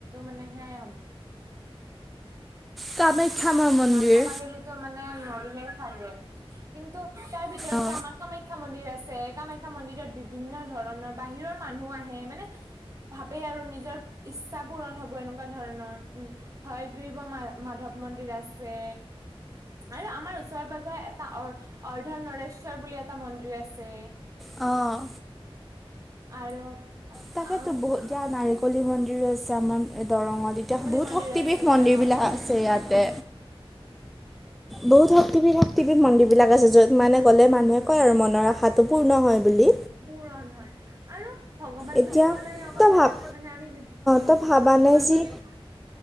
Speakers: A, on the right (about 35°); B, in the centre.
A: মানে সেয়াই হ'ব।
B: কামাখ্যা মা
A: অ,
B: মন্দিৰ
A: নাম কবাগেলিতো মানে নৰিমে চাগে কিন্তু তাৰ ভিতৰত
B: অ
A: বা আমাৰ কামাখ্যা মন্দিৰ আছে। কামাখ্যা মন্দিৰত বিভিন্ন ধৰণৰ বাহিৰৰ মানুহ আহে মানে ভাবেই আৰু নিজৰ ইচ্ছা পূৰণ হ'ব এনেকুৱা ধৰণৰ উম, হয় গ্ৰীব মা মাধৱ মন্দিৰ আছে। আৰু আমাৰ ওচৰে পাজৰে এটা অ, অৰ্ধ নৰেশ্বৰ বুলি এটা মন্দিৰ আছে।
B: অ',
A: আৰু অ'-
B: তাকেতো বহুত
A: কিনো
B: দিয়া নাৰিকলী মন্দিৰো আছে আমাৰ দৰঙত। এতিয়া বহুত
A: মন্দিৰ
B: শক্তিপীঠ
A: আছে
B: মন্দিৰবিলাক
A: অ
B: আছে ইয়া তে। বহুত শক্তিপীঠ - শক্তিপীঠ মন্দিৰবিলাক আছে, য'ত মানে গ'লে মানুহে কয় আৰু মনৰ আশাটো পূৰ্ণ হয় বুলি।
A: পূৰণ হয় আৰু ভগৱান
B: এতিয়া
A: বুলি ক'লে অকল
B: তই ভাব
A: মানে আমি যি- অ'
B: তই ভাবানে
A: ভগৱান
B: যি
A: বুলি